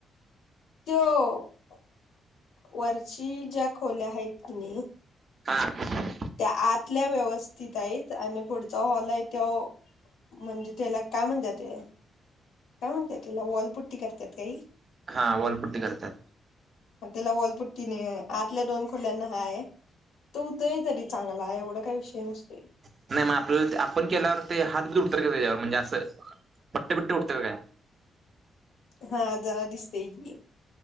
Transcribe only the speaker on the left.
तो वरची ज्या खोल्या आहेत कि नाही
त्या आतल्या व्यवस्थित आहेत आणि पुढचा हॉल आहे त म्हणजे त्याला काय म्हणतात ते काय म्हणतात त्याला वॉलपट्टी करतात काही
त्याला ओलपुट्टी नाही आहे आतल्या दोन खोल्यांना हाय तो उदय तरी चांगला आहे एवढा काय विषय नसतो
हा जरा दिसते ग